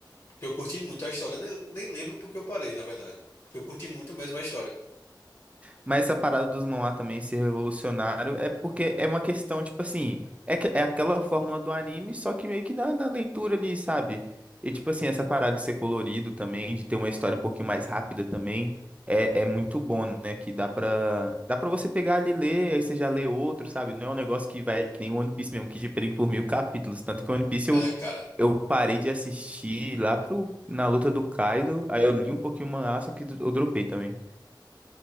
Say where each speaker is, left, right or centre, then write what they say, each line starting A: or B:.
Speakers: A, on the left (about 50°); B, on the right (about 15°).
A: Porque eu curti muito a história. Nem, nem lembro porque eu parei, na verdade. Porque eu curti muito mesmo a história.
B: Mas essa parada dos manhwa também ser revolucionário é porque é uma questão, tipo assim, é, que- é aquela fórmula do anime, só que meio que na, na leitura ali, sabe? E tipo assim, essa parada de ser colorido também, de ter uma história um pouquinho mais rápida também, é, é muito bom, né? Que dá pra, dá pra você pegar ali e ler, aí você já lê outro, sabe? Não é um negócio que vai, que nem o One Piece mesmo, que te prende por mil capítulos. Tanto que o One Piece eu,
A: É, cara.
B: eu parei de assistir lá pro, na luta do Kaido, aí eu li um pouquinho o manhwa, só que eu dropei também.